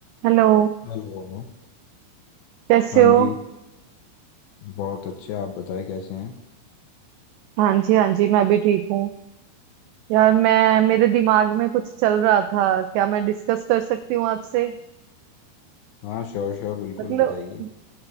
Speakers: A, on the right; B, on the left.
A: हेलो
B: Hello
A: कैसे
B: हाँ
A: हो
B: जी बहुत अच्छे आप बताएं कैसे हैं
A: हाँ जी हाँ जी मैं भी ठीक हूँ यार मैं मेरे दिमाग में कुछ चल रहा था क्या मैं डिस्कस कर सकती हूँ आपसे
B: हाँ श्योर श्योर बिल्कुल
A: मतलब
B: बताइए